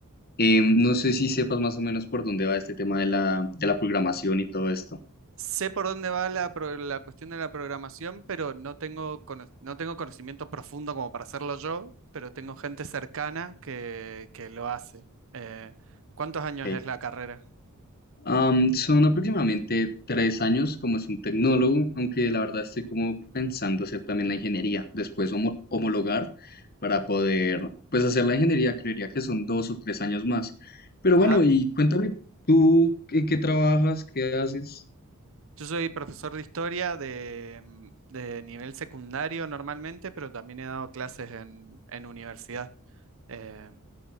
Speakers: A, on the left; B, on the right.
A: Em, no sé si sepas más o menos por dónde va este tema de la, de la programación y todo esto.
B: Sé por dónde va la, pro- la cuestión de la programación, pero no tengo, cono- no tengo conocimiento profundo como para hacerlo yo, pero tengo gente cercana que, que lo hace. Eh, ¿cuántos años
A: Ok.
B: es la carrera?
A: Am, son aproximadamente tres años como es un tecnólogo, aunque la verdad estoy como pensando hacer también la ingeniería, después homo- homologar para poder, pues hacer la ingeniería, creería que son dos o tres años más. Pero bueno,
B: Ajá.
A: y cuéntame tú, ¿en qué trabajas? ¿Qué haces?
B: Yo soy profesor de historia de, de nivel secundario normalmente, pero también he dado clases en, en universidad. Eh,